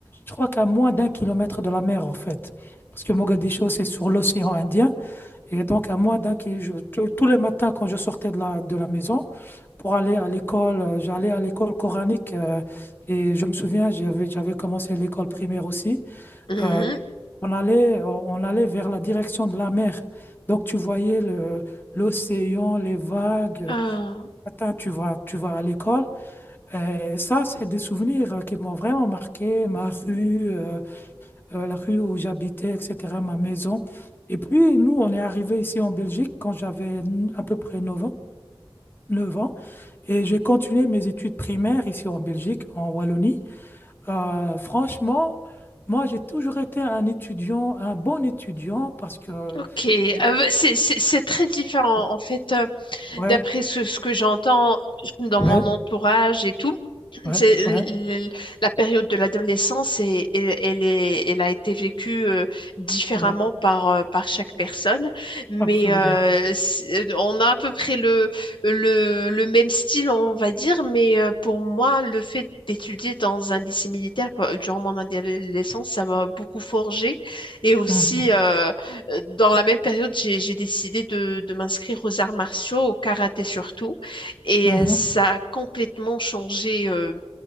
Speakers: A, on the left (about 20°); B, on the left (about 60°).
A: je crois qu'à moins d'un kilomètre de la mer, en fait. Parce que Mogadiscio, c'est sur l'océan Indien. Et donc, à moins d'un kilomètre, tous les matins, quand je sortais de la, de la maison pour aller à l'école, euh, j'allais à l'école coranique. euh, et je me souviens, j'avais, j'avais commencé l'école primaire aussi.
B: Mhm.
A: Euh, on allait, on on allait vers la direction de la mer. Donc, tu voyais le, l'océan, les vagues.
B: Ah,
A: Matin, tu vas, tu vas à l'école. Euh, ça, c'est des souvenirs euh, qui m'ont vraiment marqué, ma rue, euh, euh, la rue où j'habitais, etc., ma maison. Et puis, nous, on est arrivés ici en Belgique quand j'avais n- à peu près 9 ans, Neuf ans. Et j'ai continué mes études primaires ici en Belgique, en Wallonie. Euh, franchement, moi, j'ai toujours été un étudiant, un bon étudiant, parce que
B: ok.
A: j'ai...
B: Ah, bah, c'est, c'est- c'est très différent.
A: Ouais,
B: En fait, euh,
A: ouais,
B: d'après ce, ce que j'entends dans
A: ouais,
B: mon entourage et tout,
A: ouais,
B: c'est l-
A: ouais,
B: l- la période de l'adolescence et elle, elle est- elle a été vécue euh, différemment
A: ouais,
B: par, euh, par chaque personne, mais
A: absolument.
B: euh, c'est- euh, on a à peu près le, le, le même style, on va dire, mais euh, pour moi, le fait d'étudier dans un lycée militaire euh, durant mon adolescence, ça m'a beaucoup forgé et aussi
A: Mhm,
B: euh, euh, Dans la même période, j'ai, j'ai décidé de, de m'inscrire aux arts martiaux, au karaté surtout, et
A: mhm,
B: euh, ça a complètement changé euh,